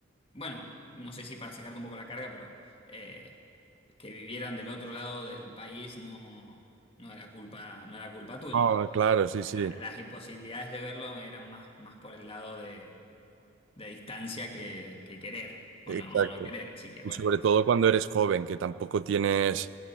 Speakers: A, on the left; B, on the right.
A: bueno, no sé si para sacarte un poco la carga, pero eh, que vivieran del otro lado del país no, no era culpa, no era culpa tuya.
B: Ah, claro, sí, sí,
A: La- las imposibilidades de verlo eran más, más por el lado de, de distancia que, que querer o
B: exacto.
A: no, o no querer. Así que
B: Y
A: bueno,
B: sobre todo cuando eres joven, que tampoco tienes